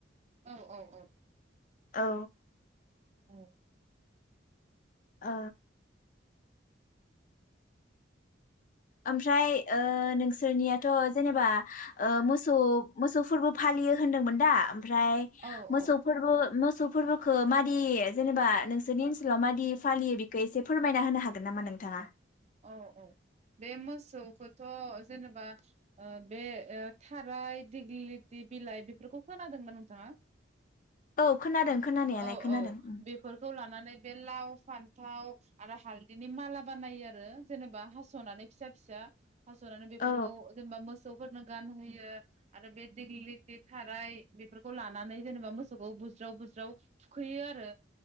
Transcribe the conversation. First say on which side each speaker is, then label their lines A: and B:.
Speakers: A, on the right; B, on the left.
A: औ औ औ
B: औ
A: ओं
B: अ ओमफ्राय ओ नोंसोरनियाथ' जेनेबा ओ मोसौ मोसौ फोरबो फालियो होनदोंमोन दा? ओमफ्राय
A: औ
B: मोसौ
A: औ
B: फोरबो मोसौ फोरबोखो मादि जेनेबा नोंसोरनि ओनसोलाव मादि फालियो बेखो एसे फोरमायना होनो हागोन नामा नोंथाङा?
A: औ औ बे मोसौखोथ' जेनेबा ओ बे थाराय दिग्लिथि बिलाइ बेफोरखौ खोनादोंमोन नोंथाङा?
B: औ खोनादों खोनानायालाय
A: औ
B: खोनादों
A: औ
B: उम
A: बेफोरखौ लानानै बे लाव फान थाव आरो हालदिनि माला बानायो आरो जेनेबा हास'नानै फिसा फिसा हास'नानै बेफोरखौ
B: औ
A: जेनेबा मोसौ फोरनो गानहोयो आरो बे दिग्लिटि थाराय बेफोरखौ लानानै जेनेबा मोसौखौ बुज्राव बुज्राव थुखैयो आरो